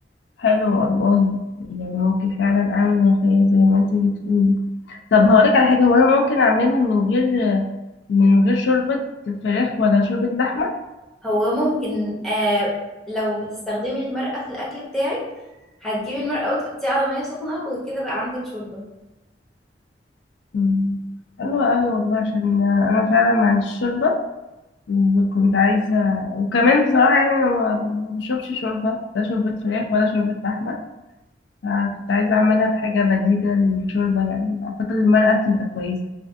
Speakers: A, on the left; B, in the centre.
A: حلو والله يعني ممكن فعلا اعمل ملوخية زي ما انت بتقولي طب هقولك على حاجة هو انا ممكن اعملها من غير من غير شوربة فراخ ولا شوربة لحمة
B: هو ممكن آه لو بتستخدمي المرقة في الأكل بتاعك هتجيبي المرقة وتحطيها على مية سخنة وكده بقى عندك شوربة
A: مم. حلو قوي والله عشان انا فعلا ما عنديش شوربة وكنت عايزة وكمان بصراحة يعني انا ما ما بشربش شوربة لا شوربة فراخ ولا شوربة لحمة فكنت عايزة اعملها بحاجة بديلة للشوربة يعني اعتقد المرقة تبقى كويسة